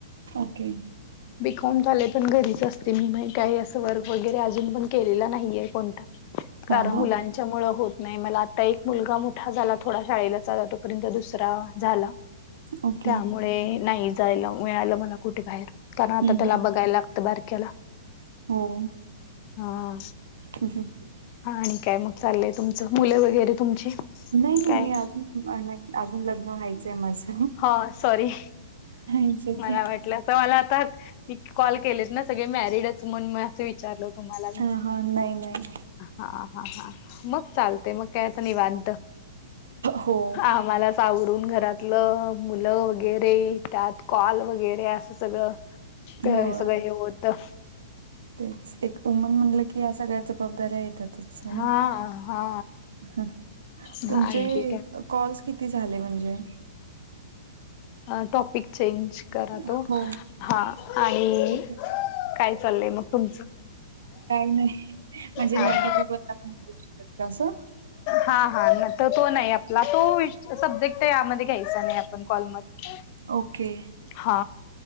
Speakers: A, on the right; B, on the left.
A: ओके.
B: बीकॉम झाले पण घरीच असते मी. काही असं वर्क वगैरे अजून पण केलेलं नाहीये. कोण कारण
A: हा हा
B: मुलांन त्याच्यामुळे होत नाही मला. आता एक मुलगा मोठा झाला. थोडा शाळेला चा. तोपर्यंत दुसरा झाला.
A: ओके
B: त्यामुळे नाही जायला मिळालं मला कुठे बाहेर. कारण
A: हम्म
B: आता
A: हम्म
B: त्याला बघायला लाग त. बारक्याला.
A: हो.
B: हा.
A: हम् हम् <unintelligible>
B: हा, आणि काय मग चाललंय तुमचं. मुलं वगैरे तुमची.
A: नाही नाही.
B: काय
A: मी अजून, नाही अजून लग्न व्हायचंय माझं.
B: ह, सॉरी.
A: इट्स ओके
B: मला वाट मला आता. कॉल केलेच ना सगळे मॅरिडच. म्हणून म असं विचारलं. तुम्हाला
A: ह ह. नाही. नाही
B: हा हा हा. मग चालते. मग काय आता निवांत.
A: हो
B: हा. मला सावरून घरातल ल. मुलं वगैरे. त्यात कॉल वगैरे. असं सगळं.
A: होय
B: अ सगं हे होत.
A: तेच. एक उमन म्हणलं की, या सळ्या जबाबदाऱ्या येतात. चला.
B: हा हा
A: ह.
B: हा,
A: तुमचे
B: आणखी
A: कॉल्स किती झाले म्हणजे?
B: अ टॉपिक चेंज. करा तो.
A: हो
B: हा आणि
A: ओके
B: काय चाललंय मग तुमचं.
A: काही नाही. म्हणजे
B: हा
A: ह्या
B: हा
A: टॉपिक व आपण नाही बोलू शकत का असं?
B: हा हा. त तो नाही आपला. तो सब्जेक्ट यामध्ये घ्यायचा नाही आपण. कॉलमध्ये. हम् <unintelligible>
A: ओके.
B: हा